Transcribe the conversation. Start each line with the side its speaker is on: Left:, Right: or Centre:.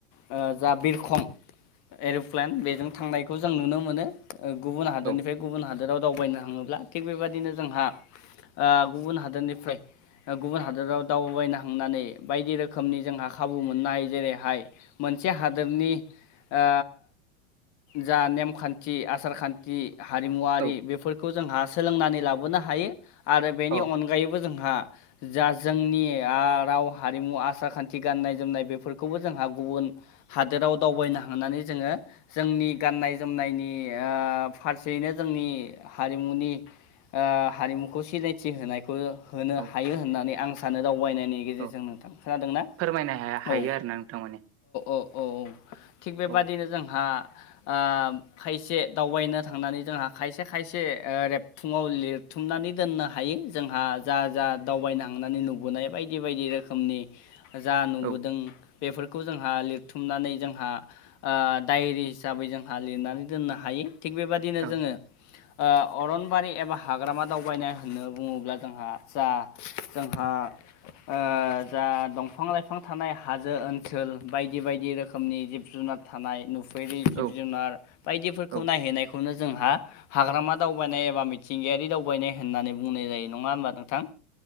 Left: ओ जा बिरखं एर'प्लेन बेजों थांनायखौ जों नुनो मोनो। गुबुन हादोरनिफ्राय
Right: औ
Left: गुबुन हादोराव दावबायनो थाङोब्ला थिग बेबायदिनो जोंहा ओ गुबुन हादोरनिफ्राय गुबुन हादोराव दावबायबायना थांनानै बायदि रोखोमनि जोंहा खाबु मोननाय जेरैहाय मोनसे हादोरनि ओ जा नेमखान्थि आसार खान्थि हारिमुवारि
Right: औ
Left: बेफोरखौ जोंहा सोलोंनानै लाबोनो हायो आरो बेनि
Right: औ
Left: अनगायैबो जों हा जा जोंनि आ राव हारिमु आसा खान्थि गाननाय जोमनाय बेफोरखौबो जोंहा गुबुन हादोराव दावबायना। थांनानै जोंङो जोंनि गाननाय जोमनायनि ओ फारसेयैनो जोंनि हारिमु। मुनि ओ हारिमुखौ सिनायथि होनायखौ होनो
Right: औ
Left: हायो होननानै आं। थगायनायनि गेजेरजों
Right: औ
Left: नोंथां खोनादोंना
Right: फोरमायनो हाया हायो
Left: औ
Right: आरोना नोंथां माने
Left: औ-औ। थिग बेबादिनो
Right: औ
Left: जोंहा। ओ खायसे दावबायनो थांनानै जोंहा खायसे खायसे ओ रेबथुंङाव लिर। बुथुमनानै दोननो हायो जोंहा जा जा दावबायनो हांनानै नु। नुनाय बायदि बायदि रोखोमनि जा नुबोदों।
Right: औ
Left: बेफोरखौ जोंहा लिरथुमनानै जोंहा ओ डायरि हिसाबै जोंहा लिरनानै दोननो हायो। थिग बेबादिनो
Right: औ
Left: जोंङो ओ अरन। बारि एबा हाग्रामा दावबायनाय होनना बुंङोब्ला जोंहा जा जोंहा। ओ जा दंफां लाइफां थानाय हाजो ओनसोल बायदि बायदि रोखोमनि जिब। जुनार थानाय नुफेरि जिब
Right: औ
Left: जुनार बायदिफोरखौ
Right: औ
Left: नायहैनायखौनो। जोंहा हाग्रामा दावबायनाय एबा मिथिंगायारि दावबायनाय होननानै बुंनाय जायो नंङा होनबा नोंथां।